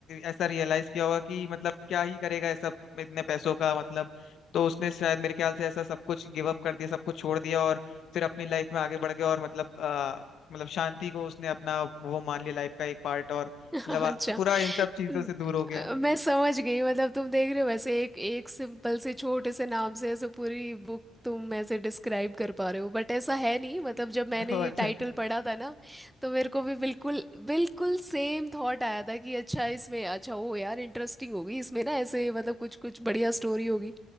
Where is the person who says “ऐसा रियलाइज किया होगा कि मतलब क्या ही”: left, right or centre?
Left